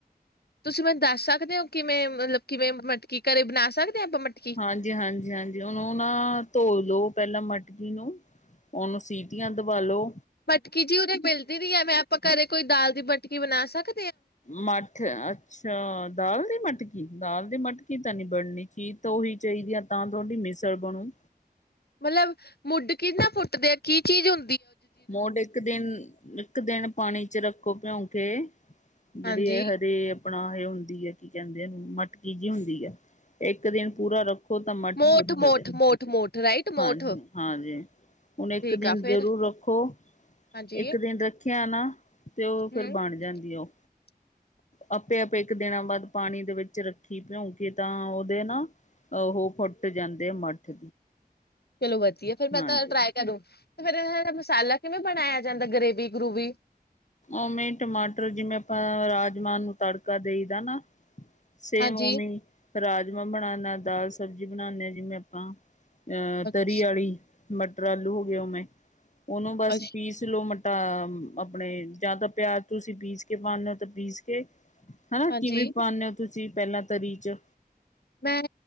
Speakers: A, on the left; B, on the left.
A: ਤੁਸੀਂ ਮੈਨੂੰ ਦੱਸ ਸਕਦੇ ਓ ਕਿਵੇਂ ਮਤਲਬ ਕਿਵੇਂ ਮਟਕੀ ਘਰੇ ਬਣਾ ਸਕਦੇ? ਹਾਂ ਆਪਾਂ ਮਟਕੀ
B: ਹਾਂਜੀ ਹਾਂਜੀ ਹਾਂਜੀ ਉਹਨੂੰ ਨਾ ਧੋ ਲੋ। ਪਹਿਲਾਂ ਮਟਕੀ ਨੂੰ, ਉਹਨੂੰ ਸੀਟੀਆਂ ਦਬਾਲੋ।
A: ਮਟਕੀ ਜੀ ਉਦੈ ਮਿਲਦੀ ਵੀ ਹੈ ਮੈਂ ਆਪਾਂ ਘਰੇ ਕੋਈ ਦਾਲ ਦੀ ਮਟਕੀ ਬਣਾ ਸਕ
B: ਮੱਠ, ਅੱਛਾ ਦਾਲ ਦੀ ਮੱਠ। ਕੀ ਦਾਲ ਦੀ ਮਟਕੀ ਤਾਂ ਨਹੀਂ ਬਣਨੀ? ਚੀਜ਼ ਤਾਂ ਓਹੀ ਚਾਹੀਦੀ ਹੈ ਤਾਂ ਤੁਹਾਡੀ ਮਿਸਰ ਬਣੂ।
A: ਮਤਲਬ ਮੁੱਢ ਕਿਨਾ ਫੁੱਟਦੇ ਆ ਕੀ ਚੀਜ਼ ਹੁੰ
B: ਮੋਢ ਇੱਕ ਦਿਨ ਇੱਕ ਦਿਨ ਪਾਣੀ 'ਚ ਰੱਖੋ ਭਿਉਂਕੇ। ਜਿਹੜੀ
A: ਹਾਂਜੀ
B: ਇਹ ਹਜੇ ਆਪਣਾ ਇਹ ਹੁੰਦੀ ਹੈ ਕੀ ਕਹਿੰਦੇ ਇਹਨੂੰ ਮਟਕੀ ਜਿਹੀ ਹੁੰਦੀ ਹੈ। ਇੱਕ ਦਿਨ ਪੂਰਾ ਰ ਓ ਤਾਂ ਮੱਠ
A: ਮੋਠ
B: ਫੁੱਟਦੇ,
A: ਮੋਠ ਮੋਠ ਮੋਠ ਰਾਈਟ
B: ਹਾਂਜੀ
A: ਮੋਠ
B: ਹਾਂਜੀ। ਹੁਣ
A: ਠੀਕ
B: ਇੱਕ ਦਿਨ
A: ਆ ਫੇਰ
B: ਜ਼ਰੂਰ ਰੱਖੋ। ਉਹ,
A: ਹਾਂਜੀ
B: ਇੱਕ ਦਿਨ ਰੱਖਿਆ ਨਾ, ਤੇ ਉਹ ਫੇਰ
A: ਹਮ
B: ਬਣ ਜਾਂਦੀ ਉਹ।
A: <unintelligible>
B: ਆਪੇ-ਆਪੇ ਇੱਕ ਦਿਨਾਂ ਬਾਅਦ ਪਾਣੀ ਦੇ ਵਿੱਚ ਰੱਖੀ, ਭਿਉਂਕੇ ਤਾਂ ਉਹਦੇ ਨਾ ਓਹੋ ਫੁੱਟ ਜਾਂਦੇ ਆ ਮੱਠ।
A: ਚਲੋ ਵਧੀਆ ਫੇਰ ਮੈਂ
B: ਹਾਂਜੀ
A: ਤਾਂ ਟਰਾਈ ਕਰੂੰ। ਫਿਰ ਇਹ ਮਸਾਲਾ ਕਿਵੇਂ ਬਣਾਇਆ ਜਾਂਦਾ ਗ੍ਰੇਵੀ-ਗਰੂਵੀ?
B: ਉਵੇਂ ਟਮਾਟਰ, ਜਿਵੇਂ ਆਪਾਂ ਰਾਜਮਾਂ ਨੂੰ ਤੜਕਾ ਦੇਈ ਦਾ ਨਾ। ਸੇਮ
A: ਹਾਂਜੀ
B: ਓਵੇ ਹੀ, ਰਾਜਮਾਂ ਬਣਾਨਾ, ਦਾਲ, ਸਬਜ਼ੀ ਬਣਾਉਾਨਦੇ ਜਿਵੇਂ ਆਪਾਂ ਅਹ,
A: ਅੱਛਾ
B: ਤਰੀ ਆਲੀ ਮਟਰ ਆਲੂ ਹੋ ਗਿਆ। ਉਹਵੇੈਂ ਉਹਨੂੰ ਬਸ
A: ਅੱਛਾ
B: ਪੀਸ ਲਓ, ਮ ਤਾਂ ਆਪਣੇ ਜਾਂ ਤਾਂ ਪਿਆਜ, ਤੁਸੀਂ ਪੀਸ ਕੇ ਪਾਉਂਦੇ ਹੋ, ਤਾਂ ਪੀਸ ਕੇ। ਹਾਂ
A: ਹਾਂਜੀ
B: ਕਿਵੇਂ ਪਾਉਂਦੇ ਹੋ? ਤੁਸੀਂ ਪਹਿਲਾਂ ਤਰੀ 'ਚ।
A: ਮੈਂ,